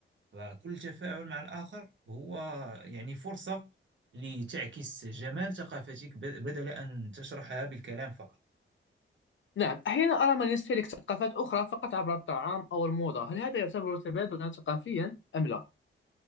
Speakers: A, on the right; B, on the left.
A: فكل تفاعل مع الآخر هو يعني فرصة لتعكس جمال ثقافتك ب- بدل أن تشرحها بالكلام فقط
B: نعم أحيانا أرى من يستهلك ثقافات أخرى فقط عبر الطعام أو الموضة هل هذا يعتبر تبادلا ثقافيا أم لا؟